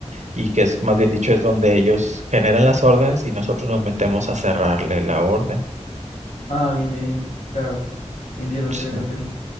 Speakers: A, on the right (about 75°); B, on the left (about 80°).
A: y que es más bien dicho es donde ellos generan las órdenes y nosotros nos metemos a cerrarle la orden.
B: Ah, bien, bien, claro. Entiendo, entiendo,
A: Sí.
B: entiendo.